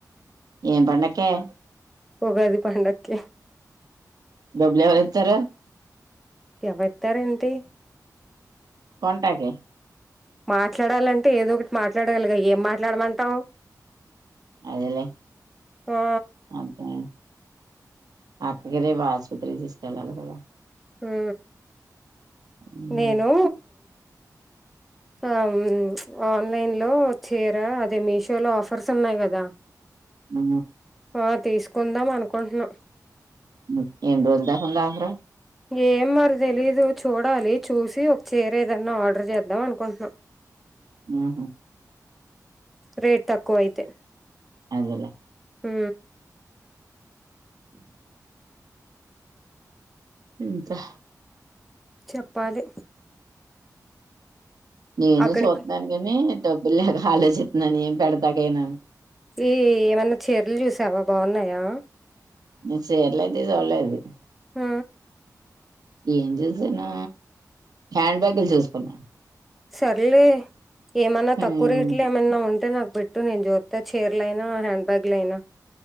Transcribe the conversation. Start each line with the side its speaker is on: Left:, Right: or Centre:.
Right: ఏం పండుగకి ఏ
Centre: ఉగాది పండగాకీ
Right: డబ్బులు ఎవరు ఇత్తరు
Centre: ఎవరిత్తరు ఏంటి
Right: నాకే
Centre: మాట్లాడాలంటే ఏదో ఒకటి మాట్లాడలిగా ఏం మాట్లాడమంటావు
Right: అదేలే
Centre: ఆ
Right: అదే అక్కకి రేపు హాస్పిటల్ తీసుకెళ్లాలి కదా
Centre: ఊ
Right: ఉమ్
Centre: నేను ఆ ఆన్లైన్ లో చీరా అదే మీషోలో ఆఫర్స్ ఉన్నాయి గదా
Right: ఊ
Centre: ఆ తీసుకుందాం అనుకుంటున్నాం
Right: ఉ ఏన్ రోజులు దాకా ఉంది అఫర్
Centre: ఏం మరి తెలీదు చూడాలి చూసి ఒక చీర ఏదన్నా ఆర్డర్ చేద్దాం అనుకుంటున్నాం
Right: ఊహు
Centre: రెట్ తక్కువ అయితే
Right: అదెలే
Centre: ఉ <unintelligible>
Right: ఇంకా
Centre: చెప్పాలి
Right: నేను
Centre: అక్కడికి
Right: చూతున్నాను గాని డబ్బులు లేక ఆలోచితున్నాను ఏం పెడతాకైనా
Centre: ఈ ఏమన్నా చీరలు జూసావా బాగున్నాయా
Right: నేన్ సీర్లయితే జూలేదు
Centre: ఆ
Right: ఏం జూసానూ హ్యాండ్ బ్యాగలు జూసుకున్నా
Centre: సర్లే ఏమన్నా
Right: హ్మ్
Centre: తక్కువ రేట్లు ఏమైన్నా ఉం ఉంటే నాక్ బెట్టు నేన్ జూత్త చీర్లైనా హ్యాండ్ బ్యాగ్లైనా